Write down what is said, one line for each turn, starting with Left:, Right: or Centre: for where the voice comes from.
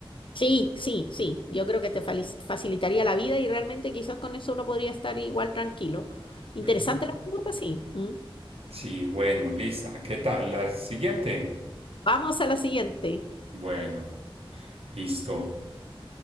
Left: Sí, sí, sí. Yo creo que te fali- facilitaría la vida y realmente quizás con eso uno podría estar igual tranquilo. Interesante
Right: Ujú.
Left: la pregunta, sí. ¿Mm?
Right: Sí, bueno, lista. ¿Qué tal? La siguiente.
Left: Vamos a la siguiente.
Right: Bueno, listo.